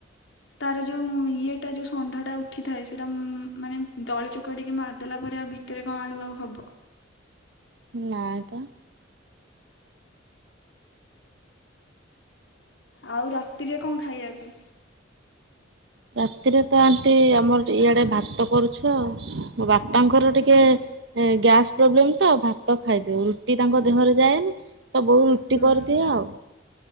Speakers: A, on the left; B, on the right.
A: ତାର ଯଉ ଇଏଟା ଯଉ ଷଣ୍ଢ ଟା ଉଁ ଉଠିଥାଏ ସେଟା ମ୍- ମାନେ ଦଳି ଚକଟି କି ମାରିଦେଲା ପରେ ଆଉ ଭିତରେ କଣ ଆଳୁ ଆଉ ହବ?
B: ନାଁଇ ପା।
A: ଆଉ ରାତିରେ କଣ ଖାଇବାକୁ?
B: ରାତିରେ ତ ଆଣ୍ଟି ଆମର ଇଆଡେ ଭାତ କରୁଚୁ ଆଉ ମୋ ବାପାଙ୍କର ଟିକେ ଏ ଗ୍ୟାସ୍ ପ୍ରୋବ୍ଲେମ୍ ତ ଭାତ ଖାଇଦଉ ରୁଟି ତାଙ୍କ ଦେହରେ ଯାଏନି। ତୋ ବୋଉ ରୁଟି
A: ହୁଁ।
B: କରିଦିଏ ଆଉ।